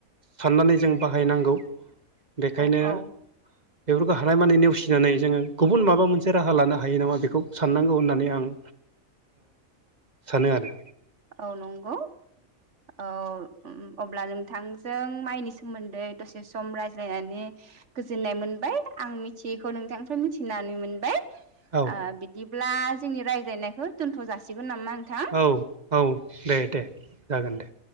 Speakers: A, on the right (about 30°); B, on the right (about 55°).
A: साननानै जों बाहायनांगौ बेखायनो
B: औ औ
A: बेफोरखौ हानाय मानि नेवसि नानै जोङो गुबुन माबा मोनसे राहा लानो हायो नामा बेखौ साननांगौ होननानै आं सानो आरो।
B: औ नंगौ औ अब्ला नोंथांजों माइनि सोमोन्दै दसे सम रायज्लायनानै गोजोननाय मोनबाय आं मिथियैखौ नोंथांनिफ्राय मिथिनानै मोनबाय आ
A: औ
B: बिदि ब्ला जोंनि रायज्लायनायखौ दोनथ जासिग नामा नोंथां?
A: औ औ दे दे जागोन दे।